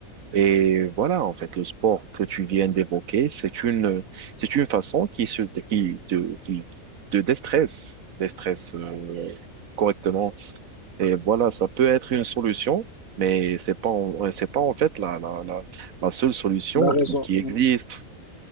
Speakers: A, on the right (about 70°); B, on the left (about 45°).
A: Et voilà, en fait, le sport que tu viens d'évoquer, c'est une, euh, c'est une façon qui se, qui te, qui te déstresse, déstresse euh, correctement. Et voilà, ça peut être une solution, mais c'est pas, en- ouais, c'est pas en fait la, la, la, la seule solution
B: La raison.
A: qui, qui existe.
B: Mhm.